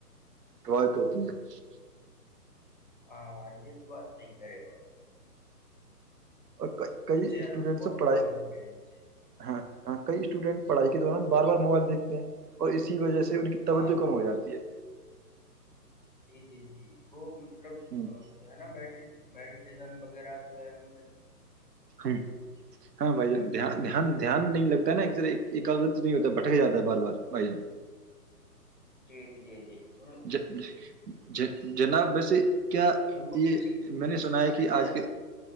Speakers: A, on the right (about 75°); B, on the left (about 30°).
A: <inaudible>
B: ہاں یہ تو بات صحیح کہہ رہے ہو اپ
A: اور کئی
B: بچے
A: اسٹوڈینٹ
B: آج کل بہت
A: سے پڑھائی
B: پرباوت ہو رہے ہیں ان سے
A: ہاں ہاں کئی اسٹوڈینٹ پڑھائی کے دوران بار بار موبائل دیکتے ہیں اور اسی وجہ سے ان کی توجہ
B: ہاں
A: کم
B: ہاں
A: ہو جاتی ہے
B: جی جی جی وہ مطلب
A: ہ
B: جو ہے نا بیٹھے میڈیٹیشن وغیرہ جو ہے ان
A: ہ
B: <inaudible>
A: ہاں بھائی جان دان دھیان نہیں لگتا ہےا ایک طرح ایکگگر تو نہیں ہوتا بھٹک جاتا ہے بار بار بھائی جان
B: جی جی جی
A: <inaudible>
B: ان
A: جی جناب ویسے کیا
B: ان کو
A: یہ
B: بیسک بیسک
A: میں نے سنا ہے
B: تعلیم
A: کہ
B: جو
A: آج کے